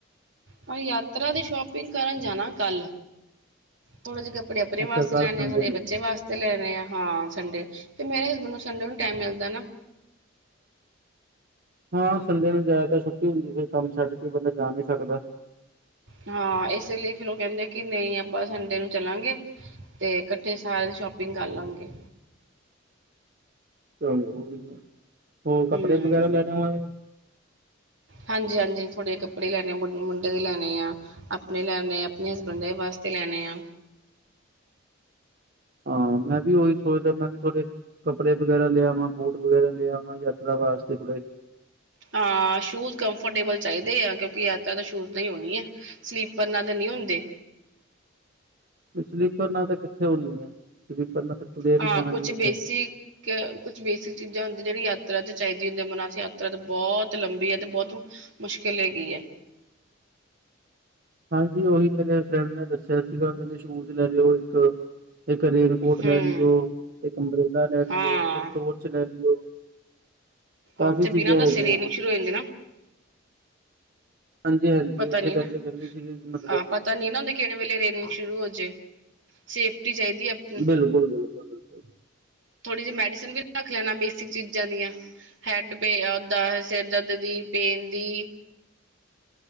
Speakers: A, on the right; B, on the right.
A: ਉਹਨੇ ਯਾਤਰਾ ਦੀ ਸ਼ੋਪਿੰਗ ਕਰਨ ਜਾਣਾ ਕੱਲ ਥੋੜੇ ਜੇ ਕਪੜੇ ਆਪਣੇ
B: ਅੱਛਾ
A: ਵਾਸਤੇ
B: ਕੱਲ
A: ਲੈਣੇ
B: ਸੰਡੇ
A: ਆਂ ਥੋੜੇ
B: ਨੂੰ
A: ਬੱਚੇ ਵਾਸਤੇ। ਤੇ, ਲੈਣੇ ਆ, ਹਾਂ ਸੰਡੇ ਤੇ ਮੇਰੇ ਹਸਬੈਂਡ ਨੂੰ ਸੰਡੇ ਨੂੰ ਟਾਈਮ ਮਿਲਦੈ ਨਾ।
B: ਹਾਂ ਸੰਡੇ ਨੂੰ ਜ਼ਿਆਦਾਤਰ ਛੁੱਟੀ ਹੁੰਦੀ ਹੈ, ਫਿਰ ਕੰਮ ਛੱਡ ਕੇ ਬੰਦਾ ਜਾ ਨਹੀ ਸਕਦਾ।
A: ਹਾਂ ਇਸੇ ਲਈ ਫਿਰ ਉਹ ਕਹਿੰਦੇ ਕਿ, ਨਹੀਂ ਆਪਾਂ ਸੰਡੇ ਨੂੰ ਚੱਲਾਂਗੇ। ਤੇ ਇਕੱਠੇ ਸਾਰੇ, ਸ਼ੋਪਿੰਗ ਕਰ ਲਵਾਂਗੇ।
B: ਚਲੋ ਹੋਰ ਵਧੀਆ, ਕੱਪੜੇ
A: ਹੂੰ।
B: ਵਗੈਰਾ ਲੈ ਲਵਾਂਗੇ।
A: ਹਾਂਜੀ-ਹਾਂਜੀ ਥੋੜੇ ਜਿਹੇ ਕੱਪੜੇ ਲੈਣੇ ਆ, ਮੁੰਡੇ ਦੇ ਲੈਣੇ ਆ। ਆਪਣੇ ਲੈਣੇ ਆ, ਆਪਣੇ ਹਸਬੈਂਡ ਦੇ ਵਾਸਤੇ, ਲੈਣੇ ਆ।
B: ਹਾਂ, ਮੈਂ ਵੀ ਉਹੀ ਸੋਚਦਾ, ਮੈਂ ਵੀ ਥੋੜੇ ਕੱਪੜੇ ਵਗੈਰਾ ਲਿਆਵਾਂ, ਬੂਟ ਵਗੈਰਾ ਲਿਆਵਾਂ, ਯਾਤਰਾ ਵਾਸਤੇ ਥੋੜ੍ਹਾ।
A: ਹਾਂ ਸ਼ੂਜ ਕੰਫਰਟੇਬਲ ਚਾਹੀਦੇ ਆ, ਕਿਉਂਕਿ ਯਾਤਰਾ ਸ਼ੂਜ ਨਾਲ਼ ਹੀ ਹੋਣੀ ਹੈ। ਸਲੀਪਰ ਨਾਲ ਤਾਂ, ਨਹੀ ਹੁੰਦੇ।
B: ਸਲੀਪਰ ਨਾਲ ਤਾਂ ਕਿੱਥੇ ਹੋਣੀ ਹੈ, ਸਲੀਪਰ ਨਾਲ, ਤੁਰਿਆ ਨੀ
A: ਹਾਂ,
B: ਜਾਣਾ
A: ਕੁਛ
B: ਜੀ ਉੱਥੇ
A: ਬੇਸਿਕ, ਕਿ ਕੁਛ ਬੇਸਿਕ ਚੀਜ਼ਾਂ ਹੁੰਦੀਆਂ ਜਿਹੜੀ ਯਾਤਰਾ ਚ ਚਾਹੀਦੀ ਹੁੰਦੀ ਹੈ, ਅਮਰਨਾਥ ਯਾਤਰਾ ਤਾਂ ਬਹੁਤ ਲੰਬੀ ਹੈ, ਤੇ ਬਹੁਤ ਔਖੀ ਹੈ। ਮੁਸ਼ਕਿਲ ਹੈਗੀ ਹੈ,
B: ਹਾਂਜੀ, ਓਹੀ ਮੇਰੇ ਫਰੈਂਡ ਨੇ ਦੱਸਿਆ ਸੀ ਗਾ ਕਹਿੰਦੇ ਸ਼ੂਜ ਲੈ ਲਿਓ ਇੱਕ। ਇੱਕ ਰੇਨ ਕੋਟ
A: ਹੂੰ
B: ਲੈ ਲਿਓ, ਇੱਕ ਅੰਬਰੇਲਾ ਲੈ ਲਿਓ,
A: ਹਾਂ
B: ਇੱਕ ਟੋਰਚ ਲੈ ਲਿਓ। ਕਾਫ਼ੀ
A: ਉੱਥੇ
B: ਚੀਜ਼ਾਂ
A: ਬਿਨਾਂ ਦੱਸੇ
B: ਹੈ ਗਿਆ।
A: ਰੇਨਿੰਗ ਸ਼ੁਰੂ ਹੋ ਜਾਂਦੀ ਨਾ
B: ਹਾਂਜੀ-ਹਾਂਜੀ,
A: ਪਤਾ
B: ਉਹ ਇਸੇ
A: ਨੀ
B: ਕਰਕੇ
A: ਨਾ
B: ਕਹਿੰਦੇ ਸੀ ਕਿ? ਮਤਲਬ,
A: ਹਾਂ ਪਤਾ ਨੀ ਨਾ ਹੁੰਦਾ ਕਿਹੜੇ ਵੇਲੇ ਰੇਨਿੰਗ ਸ਼ੁਰੂ ਹੋ ਜੇ, ਸੇਫਟੀ ਚਾਹੀਦੀ ਹੈ ਅਪਣੀ।
B: ਬਿਲਕੁਲ ਬਿਲਕੁਲ ਬਿਲਕੁਲ
A: ਥੋੜੀ ਜਿਹੀ ਮੈਡੀਸਨ ਵੀ ਰੱਖ ਲੈਣਾ ਬੇਸਿਕ ਚੀਜ਼ਾਂ ਦੀਆਂ, ਹੈਡ ਪੇ ਓਦਾਂ। ਸਿਰ ਦਰਦ ਦੀ, ਪੇਨ ਦੀ।